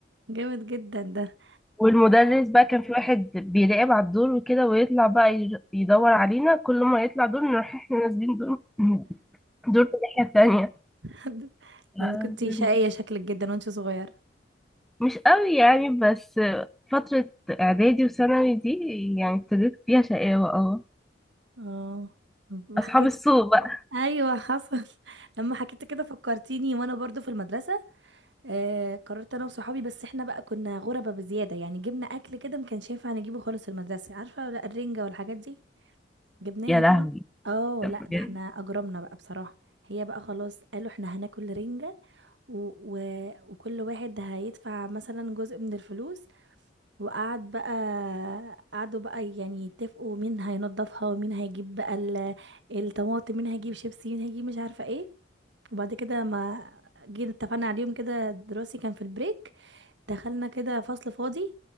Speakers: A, on the right; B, in the centre.
A: جامد جدا ده
B: والمدرس بقى كان في واحد بيراقب على الدور وكده ويطلع بقى ير- يدور علينا كل ما يطلع دور نروح احنا نازلين دور <laughs> دور في الناحيه التانيه
A: <laughs>
B: كان-
A: انت كنتي شقية شكلك جدا وانتي صغيرة
B: مش قوي يعني بس فتره اعدادي وثانوي دي يعني ابتديت فيها شقاوه اه
A: اه ما
B: اصحاب
A: حكيت
B: السوق بقى
A: ايوه حصل <laughs> لما حكيت كده فكرتيني وانا برضو في المدرسة آه قررت انا وصحابي بس احنا بقى كنا غربة بزيادة يعني جبنا اكل كده ما كانش ينفع نجيبه خالص في المدرسة عارفة ولا الرنجة والحاجات دي جبناها
B: يا لهوي
A: كده اه
B: بجد.
A: لا ده احنا اجرمنا بقى بصراحة هي بقى خلاص قالوا احنا هناكل رنجة و... و... وكل واحد هيدفع مثلا جزء من الفلوس وقعد بقى قعدوا بقى يعني يتفقوا مين هينضفها ومين هيجيب بقى ال... الطماطم مين هيجيب شيبسي مين هيجيب مش عارفة ايه وبعد كده ما جينا اتفقنا عليهم كده دراسي كان في البريك دخلنا كده فصل فاضي